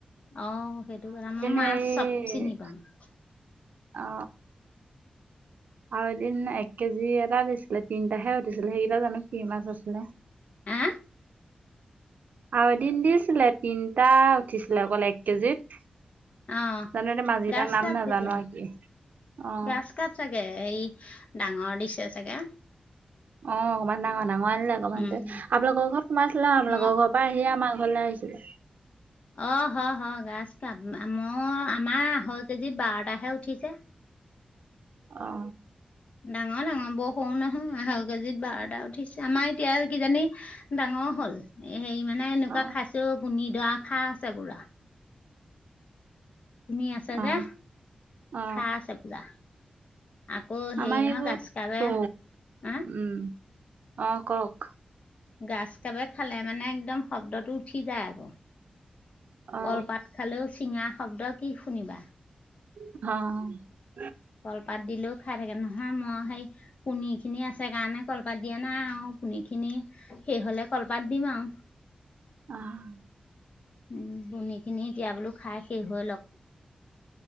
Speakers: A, on the left; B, on the right.
A: আহ সেইটো কাৰণে মই মাছ
B: সেই
A: চব চিনি পাওঁ
B: অ আৰু এদিন এক কেজি এটা দিছিলে তিনটাহে উঠিছিলে সেইকেইটা জানো কি মাছ আছিলে
A: হা
B: আৰু এদিন দিছিলে তিনটা উঠিছিলে অকল এক কেজিত
A: অ
B: জানো এতিয়া মাজ
A: গ্ৰাছ
B: কটাৰ নাম
A: কাপ
B: নাজানো
A: তেতিয়া
B: আৰু কি অ
A: গ্ৰাছ কাপ চাগে সেই ডাঙৰ দিছে চাগে
B: অ অকনমান ডাঙৰ ডাঙৰ আনিলে অকণমানো
A: উম
B: আপোনালোকৰ ঘৰত মাছ লওঁ আপোনালোকৰ
A: মই
B: ঘৰ পৰা আহিে আমাৰ ঘৰলৈ আহিছিলে
A: অ হয় গছ পাব মই আমাৰ আঢ়ৈ কেজি বাৰ তাহে উঠিছে
B: অ
A: ডাঙৰ ডাঙৰ বৰ সৰু নহয় আঢ়ৈ কেজিত বাৰটা উঠিছে আমাৰ এতিয়া কিজানি ডাঙৰ হ'ল হেৰি মানে এনেকুৱা
B: অ
A: খাইছেও বুনি দ খা আছে গুঢ়া তুনি আছে
B: অ
A: যে
B: অ
A: খা আছে পুৰা <unintelligible> আকৌ হেৰি
B: আমাৰ
A: নহয়
B: এইবোৰ
A: গাছ কাপে হা
B: উম অ কওক
A: গছ কাপে খালে মানে একদম শব্দটো উঠি যায় আৰু
B: অ
A: কলপাত খালেও চিঙা শব্দ কি শুনিবা
B: অ
A: কলপাত দিলেও খাই থাকে নহয় মই সেই পনী খিনি আছে কাৰণে কলপাত দিয়া নাই আৰু পনী খিনি সেই হলে কলপাত দিম আৰু
B: আহ
A: উ বনিখিনি এতিয়া বোলো খাই শেষ হৈ লওক